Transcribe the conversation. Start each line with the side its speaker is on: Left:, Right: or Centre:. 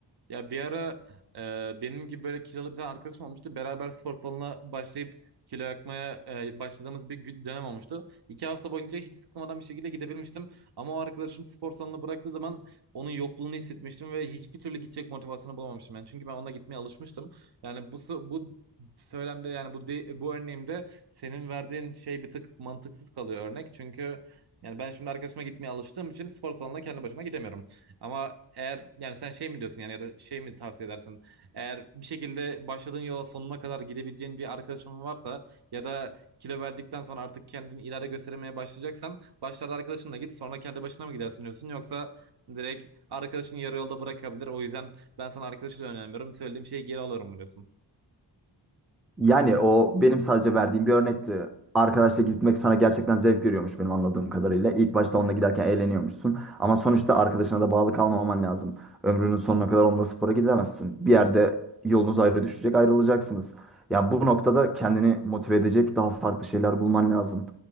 Right: Ya bir ara e, benim gibi böyle kilolu bir tane arkadaşım olmuştu. Beraber spor salonuna başlayıp kilo yakmaya e, başladığımız bir gü- dönem olmuştu. İki hafta boyunca hiç sıkılmadan bir şekilde gidebilmiştim. Ama o arkadaşım spor salonuna bıraktığı zaman onun yokluğunu hissetmiştim ve hiçbir türlü gidecek motivasyonu bulamamıştım. Yani çünkü ben onunla gitmeye alışmıştım. Yani bu s- bu söylemde yani bu de- bu örneğimde senin verdiğin şey bir tık mantıksız kalıyor örnek. Çünkü yani ben şimdi arkadaşıma gitmeye alıştığım için spor salonuna kendi başıma gidemiyorum. Ama eğer yani sen şey mi diyorsun yani ya da şey mi tavsiye edersin? Eğer bir şekilde başladığın yola sonuna kadar gidebileceğin bir arkadaşın varsa ya da kilo verdikten sonra artık kendini ileride gösteremeye başlayacaksan başlarda arkadaşınla git sonra kendi başına mı gidersin diyorsun yoksa direkt arkadaşın yarı yolda bırakabilir o yüzden ben sana arkadaşı da önermiyorum söylediğim şeyi geri alıyorum mu diyorsun?
Centre: Yani o benim sadece verdiğim bir örnekti. Arkadaşla gitmek sana gerçekten zevk veriyormuş benim anladığım kadarıyla. İlk başta onunla giderken eğleniyormuşsun. Ama sonuçta arkadaşına da bağlı kalmaman lazım. Ömrünün sonuna kadar onunla spora gidemezsin. Bir yerde yolunuz ayrı düşecek, ayrılacaksınız. Ya bu noktada kendini motive edecek daha farklı şeyler bulman lazım.